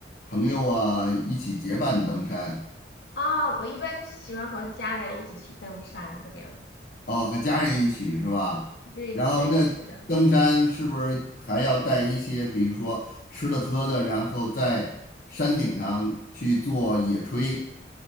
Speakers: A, on the left; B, on the left.
A: 朋友啊一起结伴登山。
B: 啊！我一般喜欢和家人一起去登山这个样子。
A: 哦，和家人一起是吧？
B: 对对对，
A: 然后那
B: 是的。
A: 登山是不是还要带一些，比如说吃的喝的，然后在山顶上去做野炊，